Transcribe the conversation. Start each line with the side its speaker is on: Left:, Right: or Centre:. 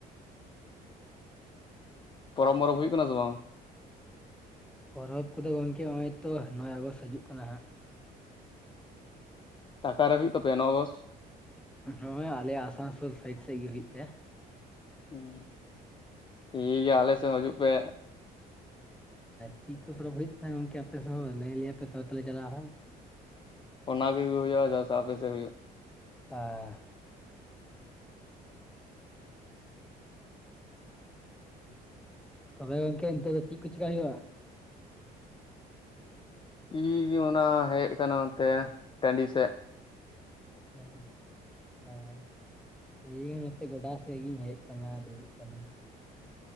Left: ᱯᱚᱨᱚᱵ ᱢᱚᱨᱚᱵ ᱦᱩᱭᱩᱜ ᱠᱟᱱᱟ ᱥᱮ ᱵᱟᱝ?
Centre: ᱯᱚᱨᱚᱵᱽ ᱠᱚᱫᱚ ᱜᱚᱢᱠᱮ ᱱᱚᱜᱼᱚᱭ ᱛᱚ ᱱᱚᱜᱼᱚᱭ ᱟᱜᱚᱥᱴ ᱦᱤᱡᱩᱜ ᱠᱟᱱᱟ ᱦᱟᱸᱜ ᱾
Left: ᱟᱠᱟᱨᱮ ᱦᱩᱭᱩᱜ ᱛᱟᱯᱮᱭᱟ ᱱᱚᱣᱟ ᱟᱜᱚᱥᱴ
Centre: ᱱᱚᱜᱼᱚᱭ ᱟᱞᱮ ᱟᱥᱟᱱᱥᱳᱞ ᱥᱟᱭᱤᱰ ᱥᱮᱫ ᱜᱮ ᱦᱩᱭᱩᱜ ᱛᱮ ᱾
Left: ᱦᱩᱸ ᱴᱷᱤᱠ ᱜᱮᱭᱟ ᱟᱞᱮ ᱥᱮᱫ ᱦᱤᱡᱩᱜ ᱯᱮ ᱾
Centre: ᱪᱮᱫ ᱠᱚ ᱯᱚᱨᱚᱵᱽ ᱦᱩᱭᱩᱜ ᱛᱟᱦᱮᱸ ᱜᱚᱝᱠᱮ ᱟᱯᱮ ᱥᱮᱫ ᱦᱚᱸ ᱞᱟᱹᱭ ᱞᱮᱭᱟ ᱯᱮ ᱛᱚᱵᱮ ᱛᱮ ᱞᱮ ᱪᱟᱞᱟᱜᱼᱟ ᱦᱟᱸᱜ᱾
Left: ᱚᱱᱟ ᱠᱚ ᱜᱮ ᱦᱩᱭᱩᱜᱼᱟ ᱡᱟᱦᱟᱸ ᱟᱯᱮ ᱥᱮ ᱦᱩᱭᱩᱜᱼᱟ ᱾
Centre: ᱟᱨ ᱛᱚᱵᱮ ᱜᱚᱝᱠᱮ ᱱᱤᱛᱚᱜ ᱫᱚ ᱪᱮᱫ ᱠᱚ ᱪᱮᱠᱟᱹ ᱦᱩᱭᱩᱜᱼᱟ?
Left: ᱤᱧ ᱜᱮ ᱚᱱᱟ ᱦᱮᱡ ᱟᱠᱟᱱᱟ ᱚᱱᱛᱮ ᱴᱟᱺᱰᱤ ᱥᱮᱫ ᱾
Centre: ᱦᱮᱸ <unintelligible> ᱦᱮᱸ ᱤᱧ ᱦᱚᱸ ᱱᱚᱛᱮ ᱜᱚᱰᱟ ᱥᱮᱫ ᱜᱤᱧ ᱦᱮᱡ ᱟᱠᱟᱱᱟ ᱫᱩᱲᱩᱵ ᱠᱟᱱᱟᱧ ᱾